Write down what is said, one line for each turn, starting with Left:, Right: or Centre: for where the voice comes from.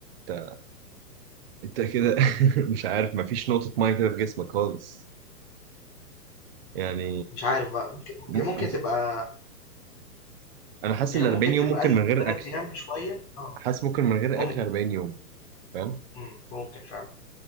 Right: انت انت كده <laughs> مش عارف ما فيش نقطة مية كده في جسمك خالص يعني
Left: مش عارف بقى ممكن
Right: م...
Left: هي ممكن
Right: هت-
Left: تبقى
Right: انا حاسس
Left: هي
Right: ال
Left: ممكن
Right: 40 يوم
Left: تبقى
Right: ممكن
Left: قلِّت
Right: من
Left: من
Right: غير
Left: 3
Right: اكل
Left: أيام بشوية آه،
Right: حاسس ممكن من غير
Left: ممكن،
Right: اكل 40 يوم فاهم
Left: إمم، ممكن فعلًا.